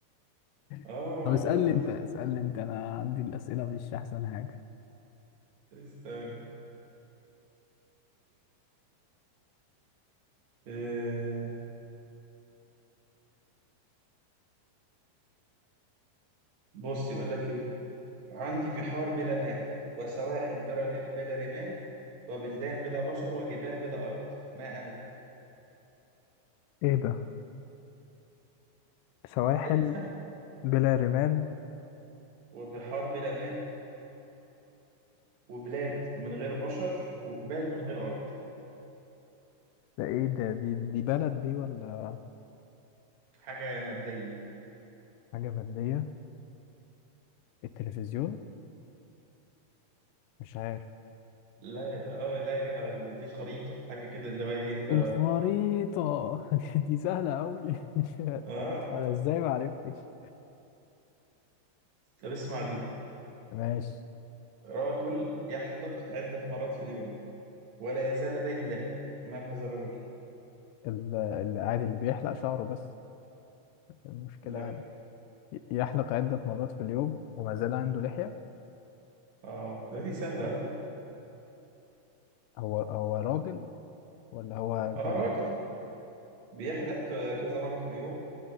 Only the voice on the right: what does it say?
آه
برضه أنت
استنى أه بص يقول لك إيه عندي بحار بلا ماء وسواحل بلا بلا رمال وبلدان بلا بشر وجبال بلا أرض ما أنا؟
لا، دي سهلة
وبحار بلا ماء وبلاد من غير بشر وجبال من غير أرض
حاجة مادية
لا يا اه لا يا جدع دي الخريطة حاجة كده اللي هو ايه انت
اه
طب اسمع دي
رجل يحلق عدة مرات في اليوم ولا يزال لديه لحية من هذا الرجل؟
لا
اه ده دي سهلة على فكرة
اه
راجل بيحلق ك- كذا مرة في اليوم